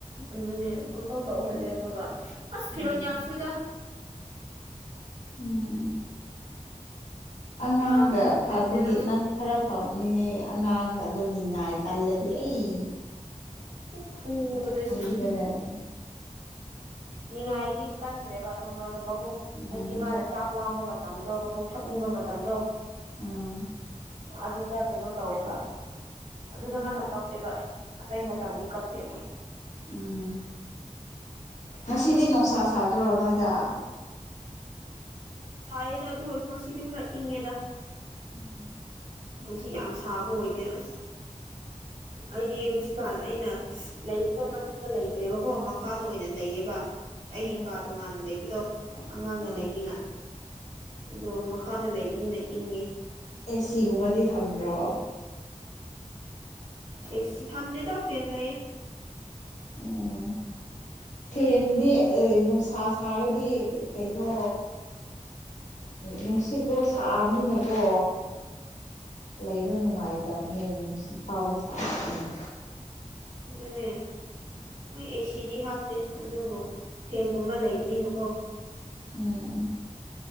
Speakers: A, on the right; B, on the left.
A: ꯑꯗꯨꯅꯦ ꯄꯪꯇꯧ ꯇꯧꯍꯜꯂꯦ ꯑꯗꯨꯒ ꯑꯁ
B: ꯎꯝ
A: ꯐꯤꯔꯣꯟꯜ ꯌꯥꯝ ꯁꯨꯏꯗ
B: ꯎꯝ ꯑꯉꯥꯡꯒ
A: ꯌꯥꯝ
B: ꯐꯕꯒꯤ
A: ꯐꯠꯇꯦꯗ ꯃꯣꯏ
B: ꯅꯪ ꯈꯔ ꯐꯕ ꯑꯗꯨꯅꯍꯦ ꯑꯉꯥꯡ ꯑꯗꯨꯗꯣ ꯅꯤꯡꯉꯥꯏ ꯀꯜꯂꯗꯤ ꯑꯩ
A: ꯐꯨꯕꯗ
B: ꯅꯪ ꯈꯪꯒꯗꯕꯅꯦ
A: ꯁꯤꯅꯤ ꯅꯤꯡꯉꯥꯏꯗꯤ ꯀꯟꯗ꯭ꯔꯦꯕ ꯑꯗꯣ ꯉꯥꯡꯗꯣ ꯃꯕꯨꯛ ꯍꯥꯏꯗꯤ
B: ꯎꯝ
A: ꯃꯥꯅ ꯆꯥꯛ ꯂꯥꯝꯕ ꯃꯇꯝ ꯃꯇꯝꯗꯣ ꯃꯕꯨꯛ ꯊꯛꯅꯤꯡꯕ ꯃꯇꯝꯗꯣ
B: ꯑꯥ
A: ꯑꯗꯨꯗ ꯀꯩꯅꯣ ꯇꯧꯋꯦꯕ ꯑꯗꯨꯗ ꯉꯥꯛꯇꯪ ꯀꯞꯇꯦꯕ ꯑꯇꯩ ꯃꯇꯝꯗꯤ ꯀꯞꯇꯦꯕ
B: ꯎꯝ ꯉꯁꯤꯗꯤ ꯅꯨꯡꯁꯥ ꯁꯥꯗ꯭ꯔꯣ ꯅꯣꯏꯗ
A: ꯁꯥꯏꯌꯦꯗ ꯑꯗꯨ ꯑꯣꯏꯔꯁꯨ ꯉꯁꯤꯗꯤ ꯈꯔ ꯏꯪꯉꯦꯗ
B: ꯎꯝ
A: ꯑꯩꯁꯤ ꯌꯥꯝ ꯁꯥꯕ ꯑꯣꯏꯗꯦ ꯑꯁ ꯑꯩꯗꯤ ꯍꯧꯖꯤꯛꯀꯥꯟ ꯑꯩꯅ ꯂꯩꯕꯨꯗ ꯃꯊꯛꯇ ꯂꯩꯇ꯭ꯔꯦꯕꯀꯣ ꯃꯈꯥꯗ ꯑꯣꯏꯅ ꯂꯩꯌꯦꯕ ꯑꯩꯒꯤ
B: ꯑꯣ
A: ꯀꯥ ꯇꯣꯉꯥꯟꯅ ꯂꯩꯕꯗꯣ ꯑꯉꯥꯡꯒ
B: ꯑꯣ
A: ꯂꯩꯅꯤꯉꯥꯏ ꯑꯗꯣ ꯃꯈꯥꯗ ꯂꯩꯕꯅꯤꯅ ꯏꯪꯉꯦ
B: ꯑꯦꯁꯤꯒꯨꯝꯕꯗꯤ ꯊꯝꯗ꯭ꯔꯣ
A: ꯑꯦꯁꯤ ꯊꯝꯗꯦꯗ ꯐꯦꯟ ꯂꯩꯌꯦ
B: ꯎꯝ ꯐꯦꯟꯗꯤ ꯑ ꯅꯨꯡꯁꯥ ꯁꯥꯔꯗꯤ ꯀꯩꯅꯣ ꯅꯨꯡꯁꯤꯠꯇꯣ ꯊꯛꯑꯕꯅꯤꯅꯀꯣ ꯂꯩꯕ ꯅꯨꯡꯉꯥꯏꯇꯕꯅꯦ ꯅꯨꯡꯁꯤꯠ ꯐꯥꯎꯕ ꯎ ꯎꯝ
A: ꯑꯗꯨꯅꯦ ꯅꯣꯏ ꯑꯦꯁꯤꯗꯤ ꯍꯥꯞꯇꯦ ꯑꯗꯨꯕꯨ ꯐꯦꯟꯒꯨꯝꯕ ꯂꯩꯕꯅꯤꯅꯀꯣ
B: ꯎꯝ